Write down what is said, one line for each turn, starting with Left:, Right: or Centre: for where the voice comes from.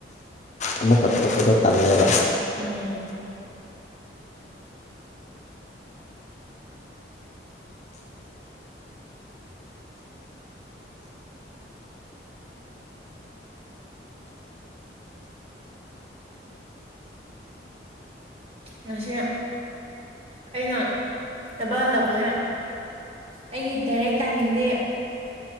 Left: ꯑꯃꯨꯀꯛ ꯊꯣꯛꯄꯗꯣ ꯇꯜꯂꯦꯕ
Right: ꯎꯝ ꯉꯁꯤ ꯑꯩꯅ ꯊꯕꯥꯜꯜꯂꯛꯄꯁꯦ ꯑꯩꯒꯤ ꯗꯥꯏꯔꯦꯛ ꯇꯥꯏꯃꯤꯡꯗꯤ